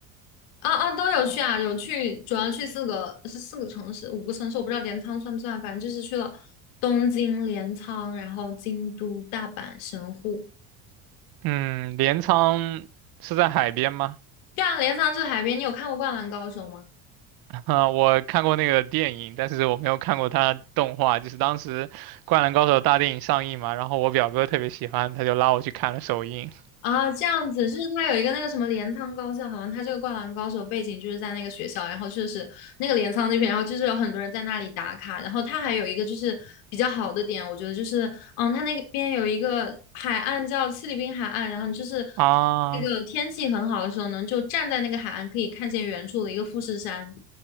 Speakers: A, on the left (about 75°); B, on the right (about 55°).
A: 啊啊，都有去啊，有去，主要去四个是四个城市，五个城市，我不知道镰仓算不算，反正就是去了东京、镰仓，然后京都、大阪、神户。
B: 嗯，镰仓是在海边吗？
A: 对啊，镰仓就是海边，你有看过《灌篮高手》吗？
B: 啊、我看过那个电影，但是我没有看过它动画。就是当时《灌篮高手》大电影上映嘛，然后我表哥特别喜欢，他就拉我去看了首映。
A: 啊，这样子，就是他有一个那个什么镰仓高校，好像他这个《灌篮高手》背景就是在那个学校，然后就是那个镰仓那边，然后就是有很多人在那里打卡，然后他还有一个就是比较好的点，我觉得就是，嗯，他那个边有一个海岸叫七里滨海岸，然后你就是
B: 啊，
A: 那个天气很好的时候呢，就站在那个海岸可以看见远处的一个富士山，